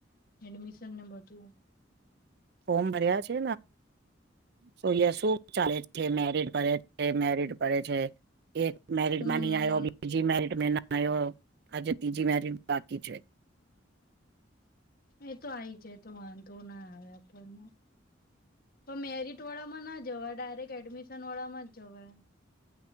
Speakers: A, on the left; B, on the right.
A: એડમિશન ને બધું?
B: ફોમ ભર્યા છે. સો શું ચાલે છે મેરટ <inaudible> એ મેરિટ પડે છે. એક મેરિડમાં
A: હમ
B: ન આયો બીજી મેરિડ મે ના આજે ત્રીજી મેરિ બાકી છે.
A: એ તો આવી જાય તો વાંધો ના આવે આપણને પણ મેરિટ વાળામાં ના જ જવાય ડાયરેક્ટ એડમિશન વાળામાં જવાય.